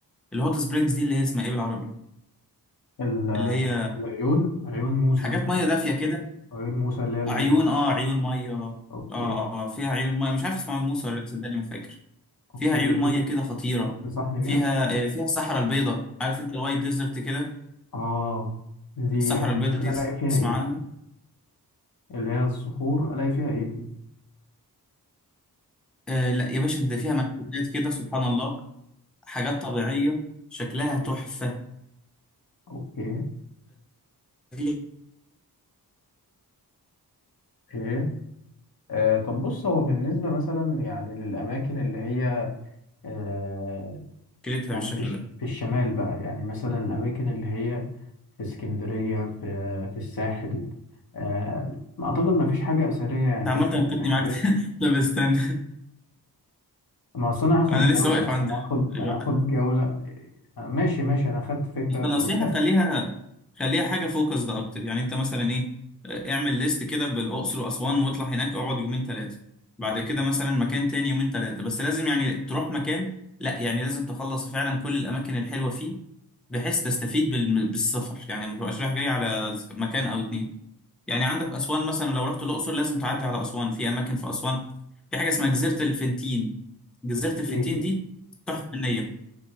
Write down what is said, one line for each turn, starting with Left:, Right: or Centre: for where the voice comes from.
Centre: الهوت سبرينجز دي اللي هي اسمها ايه بالعربي
Left: ال-
Centre: اللي هي
Left: العيون عيون موسى
Centre: حاجات
Left: مثلا
Centre: ميه دافيه كده
Left: عيون موسى اللي هي للاستشفاء
Centre: عيون اه عيون ميه اه
Left: اوكي
Centre: اه آه، فيها عيون ميه مش عارف اسمها موسى ولا لأ، صدقني ما فاكر
Left: اوكي
Centre: فيها عيون
Left: دي
Centre: ميه
Left: ت-
Centre: كده خطيره
Left: دي تنصحني
Centre: فيها
Left: بيها
Centre: آه، فيها الصحراء البيضاء عارف انت الوايت ديزرت كده
Left: اه دي
Centre: الصحراء
Left: ممكن
Centre: البيضاء دي
Left: الاقي فيها
Centre: تسمع
Left: ايه
Centre: عنها
Left: اللي هي الصخور الاقي فيها ايه دي
Centre: آه لا يا باشا ده فيها منحوتات كده سبحان الله حاجات طبيعيه شكلها تحفه
Left: اوكي اوكي
Centre: فدي
Left: ايه آه طب بص هو بالنسبة مثلا يعني للأماكن اللي هي آه،
Centre: كلتها
Left: يعني
Centre: بالشكل
Left: في الش-
Centre: ده
Left: في الشمال بقى يعني مثلا الأماكن اللي هي في اسكندرية في في الساحل آه، أعتقد ما فيش حاجة أثرية يعني
Centre: انت عامه
Left: يمكن
Centre: نكتني
Left: حاجات
Centre: معاك <laughs> لا بستنى
Left: ما أصل أنا هاخد
Centre: انا
Left: جولة
Centre: لسه واقف
Left: يعني
Centre: عند
Left: أنا هاخد
Centre: الواحد
Left: أنا هاخد جولة آه، ماشي ماشي أنا خدت فكرة
Centre: بس النصيحه
Left: كويسة
Centre: خليها خليها حاجه فوكس ده اكتر يعني انت مثلا ايه آه، اعمل ليست كده بالاقصر واسوان واطلع هناك اقعد يومين ثلاثه بعد كده مثلا مكان تاني يومين ثلاثه بس لازم يعني تروح مكان لا يعني لازم تخلص فعلا كل الاماكن الحلوه فيه بحيث تستفيد بال- بالسفر يعني ما تبقاش رايح جاي على مكان او اتنين يعني عندك اسوان مثلا لو رحت الاقصر لازم تعدي على اسوان في اماكن في اسوان في حاجه اسمها جزيره الفنتين جزيره الفنتين
Left: إيه الج-
Centre: دي تحفه فنيه